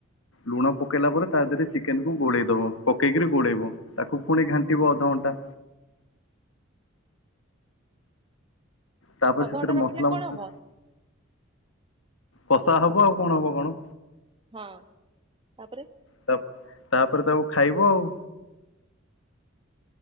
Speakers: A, on the left; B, on the right.
A: ଲୁଣ ପକେଇଲା ପରେ ତା ଦେହରେ ଚିକେନକୁ ଗୋଳେଇ ଦବ ପକେଇକିରି ଗୋଳେଇବ ତାକୁ ପୁଣି ଘାଣ୍ଟିବ ଅଧଘଣ୍ଟା। ତାପରେ
B: ଅଧଘଣ୍ଟା
A: ସେଥିରେ
B: ରଖିଲେ
A: ମସଲା
B: କଣ
A: ମସଲି
B: ହବ?
A: କଷା ହବ ଆଉ କଣ ହବ କଣ?
B: ହଁ ତାପରେ।
A: ତା ତାପରେ ତାକୁ ଖାଇବ ଆଉ।